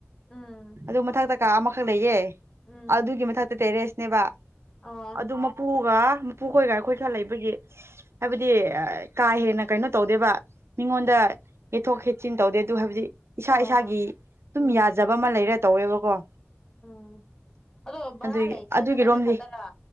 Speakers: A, on the left (about 15°); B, on the right (about 65°).
A: ꯎꯝ
B: ꯑꯗꯨ ꯃꯊꯛꯇ ꯀꯥ ꯑꯃꯈꯛ ꯂꯩꯌꯦ
A: ꯎꯝ
B: ꯑꯗꯨꯒꯤ ꯃꯊꯛꯇ ꯇꯦꯔꯦꯁꯅꯦꯕ
A: ꯑꯥ
B: ꯑꯗꯨ ꯃꯄꯨꯒꯥ ꯃꯄꯨꯈꯣꯏꯒ ꯑꯩꯈꯣꯏ ꯈꯔ ꯂꯩꯕꯒꯤ ꯍꯥꯏꯕꯗꯤ ꯀꯥ ꯍꯦꯟꯅ ꯀꯩꯅꯣ ꯇꯧꯗꯦꯕ ꯃꯤꯉꯣꯟꯗ ꯌꯦꯠꯊꯣꯛ ꯈꯦꯠꯆꯤꯟ ꯇꯧꯗꯦ ꯑꯗꯨ ꯍꯥꯏꯕꯗꯤ ꯏꯁꯥ
A: ꯑꯥ
B: ꯏꯁꯥꯒꯤ ꯑꯗꯨꯝ
A: ꯎꯝ
B: ꯌꯥꯖꯕ ꯑꯃ ꯂꯩꯔ ꯇꯧꯋꯦꯕꯀꯣ
A: ꯎꯝ ꯑꯗꯣ ꯚꯥꯔꯥ
B: ꯑꯗꯨꯏ
A: ꯂꯩꯔꯤꯁꯦ
B: ꯑꯗꯨꯒꯤꯔꯣꯝꯗꯤ
A: ꯅꯣꯏꯕꯥꯅꯤ ꯈꯛꯇꯔꯥ